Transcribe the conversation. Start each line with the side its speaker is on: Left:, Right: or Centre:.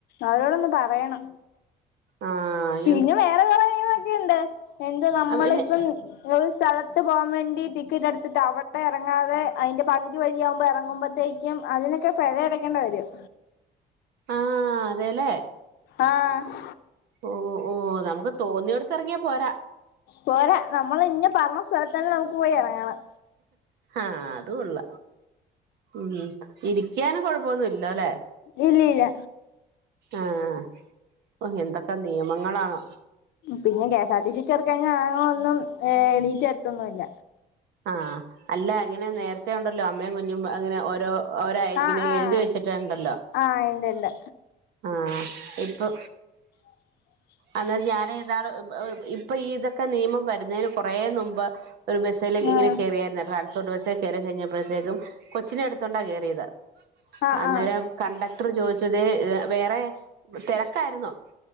Left: അവരോടൊന്ന് പറയണം
Right: ആഹ്‌
Left: പിന്നെ വേറെ കുറെ നിയമൊക്കെ ഉണ്ട് എന്ത് നമ്മളിപ്പം
Right: ആഹ് പിന്നെ
Left: ങ്ങള് സ്ഥലത്ത് പോകാൻ വേണ്ടി ടിക്കറ്റ് എടുത്തിട്ട് അവിടെ ഇറങ്ങാതെ അതിന്റെ പകുതി വഴിയാകുമ്പോൾ ഇറങ്ങുമ്പഴത്തേക്ക് എംഅതിനൊക്കെ പിഴയടക്കേണ്ടി വരും
Right: ആഹ്‌ അതെ ലെ
Left: ആഹ്
Right: ഓ ഓ നമുക്ക് തോന്നിയ ടത്തറങ്ങിയാ പോരാ
Left: പോരാ നമ്മൾ ഇന്ന പറഞ്ഞ സ്ഥലത്തെന്നെ നമുക്ക് പോയി ഇറങ്ങണം
Right: ആഹ്‌ അത് കൊള്ള ഉം ഇരിക്കാനും കൊഴപ്പൊന്നുല്ല അല്ലെ?
Left: ഇല്ല ഇല്ല
Right: ആഹ് ഓ എന്തൊക്കെ നിയമങ്ങളാണോ
Left: പിന്നെ കെഎസ് ആർ ടി സി കഴിഞ്ഞാൽ ആണുങ്ങൾ ഒന്നും എണീറ്റ് തരത്തൊന്നുമില്ല
Right: ആഹ്‌ അല്ല അങ്ങനെ നേരത്തെ ഉണ്ടല്ലോ അമ്മയും കുഞ്ഞും അങ്ങനെ ഓരോ ഒരയി ഇങ്ങനെ
Left: ആഹ് ആഹ്
Right: എഴുതി വെച്ചിട്ടുണ്ടല്ലോ?
Left: ആഹ് ഇണ്ട് ഇണ്ട്
Right: ആഹ് ഇപ്പോ
Left: <unintelligible>
Right: അന്ന്ട്ട് ഞാന് ഇന്നാള് ഇപ്പോ ഈ ഇതൊക്കെ നിയമം വരുന്നതിന് കൊറെ മുൻപ് ഒരു ബസ്സൽ ഇങ്ങനെ
Left: ആഹ്
Right: കയറായിരുന്ന ട്രാൻസ്പോർട്ട് ബസ്സിൽ കയറി കഴിഞ്ഞ ഞപ്പോഴത്തേക്കും കൊച്ചിനെടുത്തൊണ്ടാണ് കയറിയത്
Left: ആഹ്
Right: അന്നേരം കണ്ടക്ടർ ചോദിച്ചു വേറെ തിരക്കായിരുന്നോ